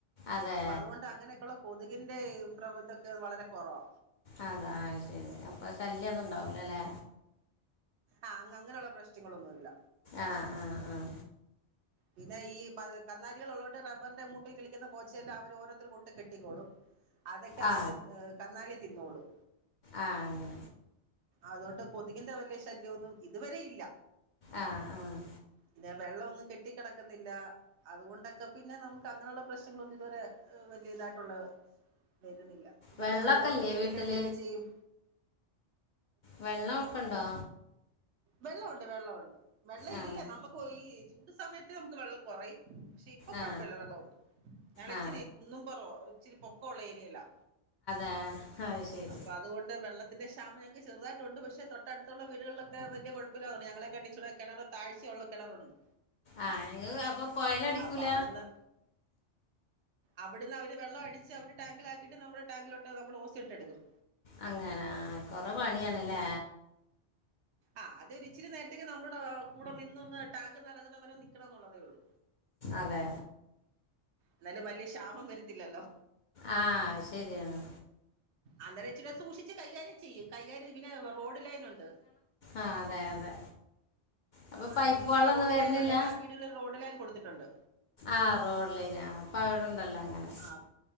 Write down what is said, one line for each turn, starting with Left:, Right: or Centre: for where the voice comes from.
Left: അതെ
Right: അപ്പൊ അതുകൊണ്ട് അങ്ങനൊക്കള്ള കൊതുകിന്റെ ഈ പ്രവ്തൊക്കെ വളരെ കുറവാ.
Left: അതാ. ആഹ് ശരി. അപ്പ ശല്യന്നും ണ്ടാവൂല ല്ലേ.
Right: ആഹ് അങ്ങ് അങ്ങനെള്ള പ്രശ്നങ്ങളൊന്നുമില്ല.
Left: ആഹ് ആഹ് ആഹ്
Right: പിന്നെ ഈ കന്നാലികള്ളൊണ്ട് റബ്ബറിന്റെ മൂട്ടിൽ കളിക്കുന്ന പോച്ചെല്ലാം അവര് ഓരോരുർ കൊണ്ട് കെട്ടിക്കോളും. അതൊക്കെ
Left: ആ ആ
Right: അവര് ഏഹ് കന്നാലി തിന്നോളും.
Left: ആഹ് അങ്ങനെ.
Right: അതൊണ്ട് കൊതുകിന്റെ വല്യ ശല്യന്നും ഇതുവരെ ഇല്ല.
Left: ആഹ് ആഹ്
Right: പിന്നെ വെള്ളന്നും കെട്ടിക്കിടക്കുന്നില്ല. അതുകൊണ്ടൊക്കെ പിന്നെ നമുക്ക് അങ്ങനെയുള്ള പ്രശ്നങ്ങളന്നും ഇതുവരെ വലിയ ഇതായിട്ടുള്ള വരുന്നില്ല. ഇതൊക്കെ
Left: വെള്ളമൊക്കെ
Right: വെള്ളൊക്കെ
Left: ഇല്ലേ
Right: കെട്ടിക്കിടക്കൊക്കെ
Left: വീട്ടിൽ
Right: ചെയ്യും.
Left: വെള്ള ക്കണ്ടോ?
Right: വെള്ളഉണ്ട് വെള്ളുണ്ട്. വെള്ളം
Left: ആ
Right: ഇല്ല. നമുക്ക് ഈ ചൂട് സമയത്ത് നമുക്ക് വെള്ളം കുറയും. പക്ഷെ ഇപ്പൊ
Left: ആ
Right: കുഴപ്പല്ല. വെള്ള ഉണ്ട്. ഞള്
Left: ആ ആ
Right: ഇച്ചിരി കുന്നും പൊറ. ഇച്ചിരി പൊക്കള്ള ഏരിയലാ.
Left: ആഹ് അഹ് ശരി.
Right: അപ്പം അതുകൊണ്ട് വെള്ളത്തി ക്ഷാമം ഞങ്ങക്ക് ചെറുതായിട്ടുണ്ട്. പക്ഷെ തട്ടടുത്തുള്ള വീടുകളിലൊ വലിയ കുഴപ്പില്ലാവുന്നു. ഞങ്ങളെ കണ്ടിച്ചൂ കെണറ് താഴ്ചയുള്ള കിണറുണ്ട്.
Left: ആഹ് നിങ്ങള് അപ്പൊ കൊയല ടിക്കൂല.
Right: അപ്പൊ അവിടുന്ന് അവിടുന്ന് അവര് വെള്ളം അടിച്ച് അവര് ടാങ്കിലാക്കീട്ട് നമ്മള ടാങ്കിലോട്ട് നമ്മള് ഓസിട്ടെടുക്കും
Left: അങ്ങനാ കൊറെ പണിയണ്ലേ
Right: ആഹ് അതൊരിച്ചിരി നേരത്തേക്ക് നമ്മടെ കൂട നിന്നൊന്ന് ടാങ്ക് നെറക്ന്ന വരെ നിക്കണംന്നുള്ളതെ ഉള്ളു
Left: അതേ
Right: എന്നാലും വലിയ ക്ഷാപം വരത്തില്ലല്ലൊ
Left: ആഹ് അയ് ശരിയാണ്
Right: അന്നരച്ചിരി സൂക്ഷിച്ച് കൈകാര്യം ചിയ്യ് കൈകാര്യം പിന്നെ റോഡ് ലൈനുണ്ട്
Left: ആഹ് അതേ അതെ അപ്പോൾ
Right: ആഹ്
Left: പൈപ്പ്
Right: ഞങ്ങക്ക് ഇവിടെ
Left: വെള്ളമൊന്നും
Right: റോഡ്
Left: വരുന്നില്ല
Right: ലൈൻ ഉണ്ട് എല്ലാ വീടുകളും റോഡ് ലൈൻ കൊടുത്തിട്ടുണ്ട്
Left: ആഹ് റോഡ് ലൈൻ ആഹ് അപ്പൊ അവിടുണ്ടല്ലൊ അങ്ങനെ
Right: ആഹ്